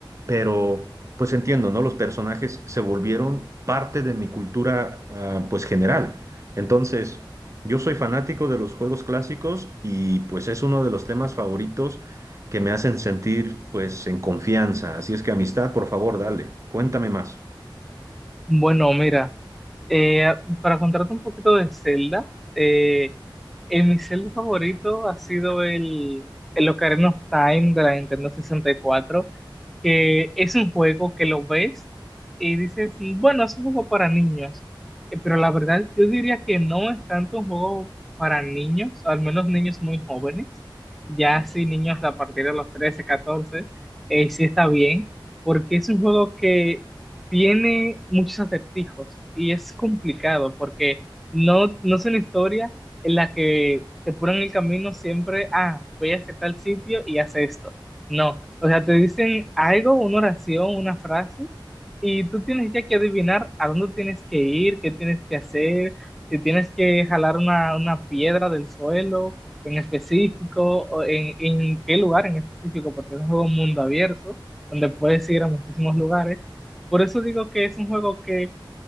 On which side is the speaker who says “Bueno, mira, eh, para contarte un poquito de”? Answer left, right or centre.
Centre